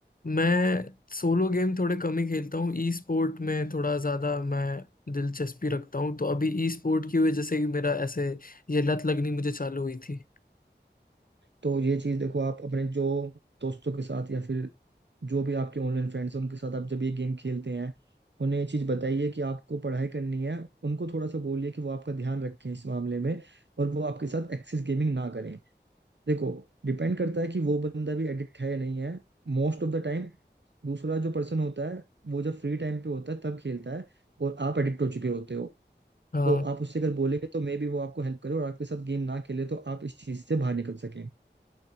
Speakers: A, on the left (about 50°); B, on the right (about 70°).
A: मैं सोलो गेम थोड़े कम ही खेलता हूँ ई स्पोर्ट में थोड़ा ज़्यादा मैं दिलचस्पी रखता हूँ तो अभी ई स्पोर्ट की वजह से ही मेरा ऐसे ये लत लगनी मुझे चालू हुई थी
B: तो ये चीज देखो आप अपने जो दोस्तों के साथ या फिर जो भी आपके ऑनलाइन फ्रेंड्स हैं उनके साथ आप जब ये गेम खेलते हैं उन्हें ये चीज बताइए कि आपको पढ़ाई करनी है उनको थोड़ा सा बोलिए कि वो आपका ध्यान रखें इस मामले में और वो आपके साथ एक्सेस गेमिंग ना करें देखो डिपेंड करता है कि वो बंदा भी एडिक्ट है या नहीं है मोस्ट ऑफ द टाइम दूसरा जो पर्सन होता है वो जब फ्री टाइम पे होता है तब खेलता है और आप एडिक्ट हो चुके होते हो
A: हाँ,
B: तो आप उससे अगर बोलेंगे तो मे बी वो आपको हेल्प करे और आपके साथ गेम ना खेले तो आप इस चीज से बाहर निकल सकें